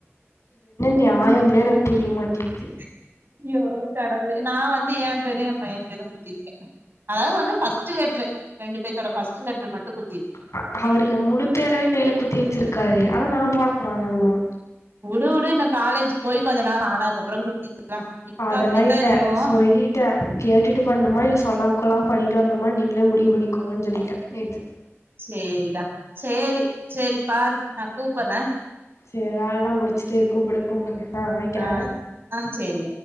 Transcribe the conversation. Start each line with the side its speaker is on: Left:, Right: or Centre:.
Left: நியாயம்னே
Right: அய்யோ
Left: எனக்கு புரிய மாட்டேங்குது
Right: கடவுளே நா வந்து என் பேரயு என் பைய பேரும் குத்திருக்கே அதாவது வந்து ஃபர்ஸ்ட்டு லெட்டரு ரெண்டு பேத்தோட ஃபர்ஸ்ட் லெட்டர் மட்டு குத்
Left: ஹ அவரு என் முழு பேரவே கையில குத்தி வெச்சிருக்காரு ஆனா நா போடக்கூடாதாம்மா
Right: உடு உடு இன்னோ காலேஜ் போய் கொஞ்ச நாள் ஆனதுக்கப்றோ குத்திக்கலா இப்ப
Left: அதெல்லா
Right: அப்டித்தா
Left: இல்ல
Right: இருக்கு
Left: சொல்லிட்டே கேட்டுட்டு பண்ணுமா இல்ல சொல்லாம கொல்லாம பண்ணிட்டு வரணுமா நீங்களே முடிவு பண்ணிக்கோங்கனு சொல்லிட்டே நேத்து
Right: சேரிடா சேரி செரி பாரு நா கூப்புட்றே
Left: சேரி வேல்லா முடிச்சிட்டு கூப்புடுங்க கூப்பிடுங்க ஆஹ் வெக்கறே
Right: ஆ ஆ சேரி